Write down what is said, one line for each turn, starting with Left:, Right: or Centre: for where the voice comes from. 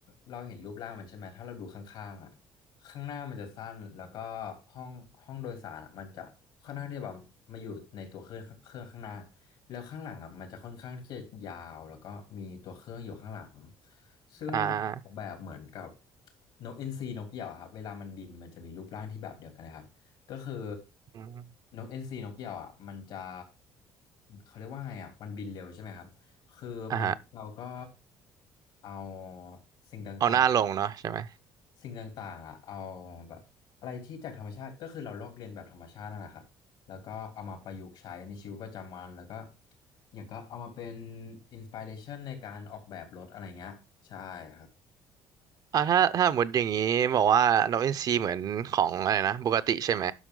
Left: เราเห็นรูปร่างมันใช่ไหม ถ้าเราดูข้างๆอ่ะข้างหน้ามันจะสั้น แล้วก็ห้องห้องโดยสารอะมันจะค่อนข้างที่จะแบบมาอยู่ในตัวเครื่องเครื่องข้างหน้า แล้วข้างหลังอ่ะมันจะค่อนข้างที่จะยาวแล้วก็มีตัวเครื่องอยู่ข้างหลังซึ่งออกแบบเหมือนกับ
Right: อ่า
Left: นกเอ็นซีนกเหยี่ยวอะครับเวลามันบินมันจะมีรูปร่างที่แบบเดียวกันเลยครับก็คือ
Right: อืม
Left: นกเอ็นซีนกเหยี่ยวอ่ะมันจะเขาเรียกว่าไงอ่ะมันบินเร็วใช่ไหมครับคือมนุษย์เราก็
Right: อ่าฮะ
Left: เอาสิ่งต่าง
Right: เอาหน้าลงเนาะใช่ไหม
Left: สิ่งต่างๆอ่ะเอาแบบอะไรที่จากธรรมชาติ ก็คือเราลอกเลียนแบบธรรมชาตินั่นแหละครับแล้วก็เอามาประยุกต์ใช้ในชีวิตประจำวัน แล้วก็อย่างก็เอามาเป็นอินสปิเรชันในการออกแบบรถอะไรเงี้ย ใช่ครับ
Right: อ่าถ้าถ้าสมดอย่างนี้บอกว่านกอินทรีเหมือนของอะไรนะบูกาติใช่ไหม